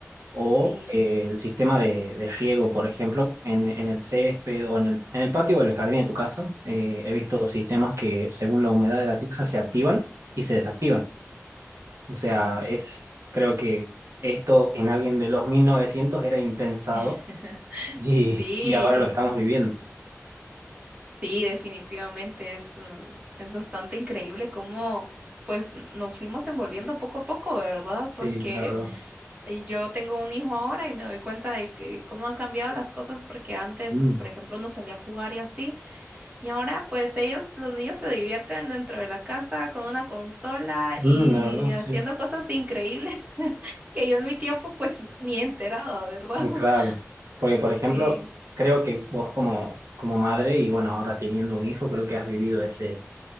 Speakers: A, on the right; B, on the right.
A: o
B: Sí.
A: eh, el sistema de, de riego, por ejemplo, en, en el césped o en el, en el patio o en el jardín de tu casa. Eh, he visto
B: Ajá.
A: sistemas que según la humedad de la tierra se activan y se desactivan. O sea,
B: Ajá.
A: es, creo que esto en alguien de los 1900 era impensado
B: <laughs>
A: y,
B: Sí,
A: y ahora lo estamos viviendo.
B: sí, definitivamente es, mm, es bastante increíble cómo pues nos fuimos envolviendo poco a poco, ¿verdad? Porque
A: Sí, la verdad.
B: eh, yo tengo un hijo ahora y me doy cuenta de que cómo han cambiado las cosas porque antes,
A: Mm,
B: pues por ejemplo, uno salía a jugar y así. Y ahora, pues ellos, los niños se divierten dentro de la casa con una consola
A: mm,
B: y
A: la verdad,
B: haciendo
A: sí.
B: cosas increíbles <laughs> que yo en mi tiempo, pues ni enterada, ¿verdad?
A: Muy
B: <laughs>
A: claro. Porque, por ejemplo,
B: Sí.
A: creo que vos como, como madre y bueno, ahora teniendo un hijo, creo que has vivido ese